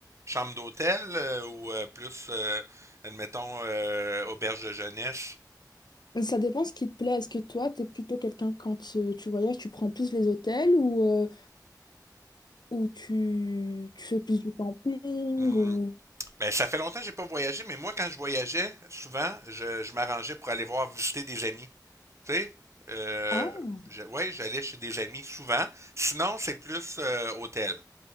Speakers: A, on the right (about 40°); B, on the left (about 75°).
A: chambre d'hôtel euh, ou euh, plus, euh, admettons, euh, auberge de jeunesse?
B: Ça dépend ce qui te plaît. Est-ce que toi, t'es plutôt quelqu'un quand euh, tu voyages, tu prends plus les hôtels ou, euh, ou tu, tu fais plus du camping
A: Hmm,
B: ou...
A: Ben ça fait longtemps que j'ai pas voyagé, mais moi quand je voyageais, souvent, je, je m'arrangeais pour aller voir visiter des amis. Tu sais? Euh,
B: Ah,
A: je- ouais, j'allais chez des amis souvent. Sinon, c'est plus euh, hôtel.